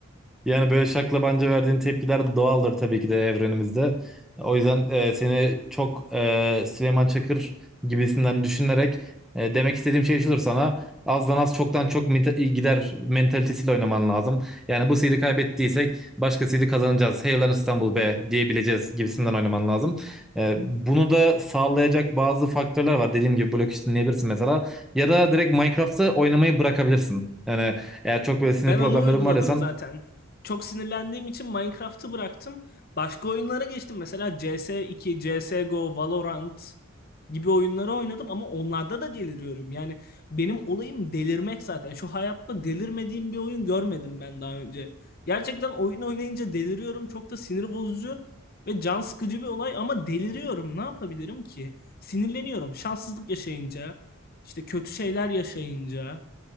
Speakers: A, in the centre; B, on the left.
A: Yani böyle şaklabanca verdiğin tepkiler doğaldır tabii ki de evrenimizde. O yüzden e, seni çok e, Süleyman Çakır gibisinden düşünerek e, demek istediğim şey şudur sana. Azdan az çoktan çok mita- gider mentalitesiyle oynaman lazım. Yani bu seedi kaybettiysek başka başkasıyla kazanacağız. Hey lan İstanbul be diyebileceğiz gibisinden oynaman lazım. E, bunu da sağlayacak bazı faktörler var. Dediğim gibi blok işi dinleyebilirsin mesela. Ya da direkt Minecraft'ı oynamayı bırakabilirsin. Yani eğer çok böyle sinir
B: Ben
A: problemlerin
B: onu uyguladım
A: var desen
B: zaten. Çok sinirlendiğim için Minecraft'ı bıraktım. Başka oyunlara geçtim. Mesela CS2, CSGO, Valorant gibi oyunları oynadım ama onlarda da deliriyorum. Yani benim olayım delirmek zaten. Şu hayatta delirmediğim bir oyun görmedim ben daha önce. Gerçekten oyun oynayınca deliriyorum. Çok da sinir bozucu ve can sıkıcı bir olay ama deliriyorum. Ne yapabilirim ki? Sinirleniyorum. Şanssızlık yaşayınca, işte kötü şeyler yaşayınca,